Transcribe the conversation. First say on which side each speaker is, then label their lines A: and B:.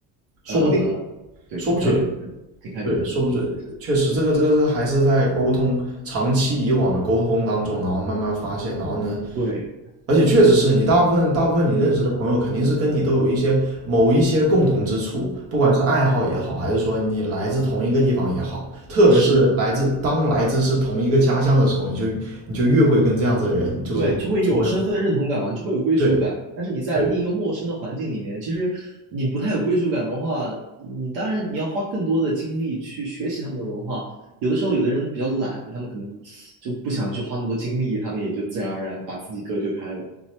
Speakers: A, on the right; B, on the right.
A: 说不定，
B: 呃，对，
A: 说不准。
B: 挺看缘分，挺看缘分的。
A: 对，说不准，
B: 是的，是的，
A: 确实，这个这个是还是在沟通，长期以往的沟通当中，然后慢慢发现，然后呢，
B: 对，
A: 而且确实是你大部分大部分你认识的朋友，肯定是跟你都有一些某一些共同之处，不管是爱好也好，还是说你来自同一个地方也好，特别是来自当来自是同一个家乡的时候，
B: 是的。
A: 你就你就越会跟这样子的人就是处为好，
B: 对，就会有身份认同感嘛，你就会有归属感。
A: 对
B: 但是你在另一个陌生的环境里面，
A: 对，
B: 其实你不太有归属感的话，你当然你要花更多的精力去学习他们的文化。有的时候，有的人比较懒，他们可能就不想去花那么多精力，他们也就自然而然把自己隔绝开了。